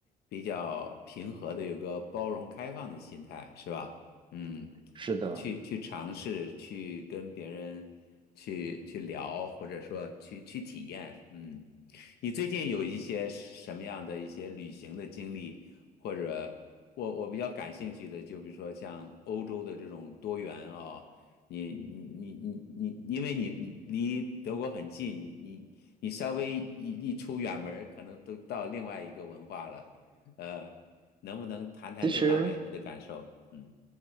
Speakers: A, on the left; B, on the right.
A: 比较平和的，有个包容开放的心态，是吧？嗯，
B: 是的，
A: 去去尝试，去跟别人去去聊，或者说去去体验。嗯，你最近有一些什么样的一些旅行的经历，或者我我比较感兴趣的，就比如说像欧洲的这种多元啊。你你你你你，因为你你离德国很近，你你你稍微一一出远门儿，可能都到另外一个文化了。呃，能不能谈谈这方面你的感受？
B: 其实。
A: 嗯